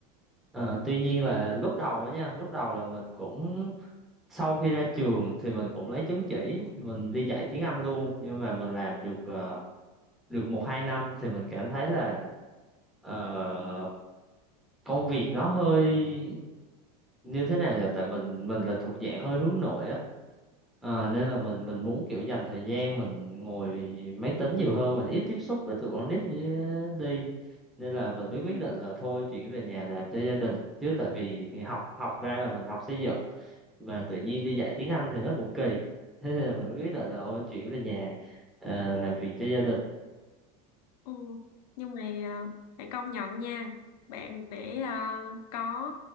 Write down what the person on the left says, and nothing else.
ừ,
ừ.
Ừ. Nhưng mà à, phải công nhận nha bạn để à, có